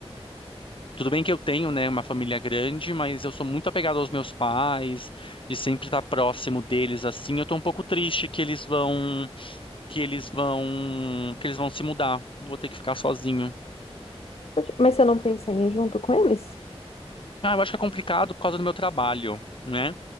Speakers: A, on the left; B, on the left.
A: Tudo bem que eu tenho, né, uma família grande, mas eu sou muito apegado aos meus pais e sempre estar próximo deles assim. Eu tô um pouco triste que eles vão, que eles vão, que eles vão se mudar. Vou ter que ficar sozinho.
B: Pode- Mas você não pensa em ir junto com eles?
A: Ah, eu acho que é complicado por causa do meu trabalho, né?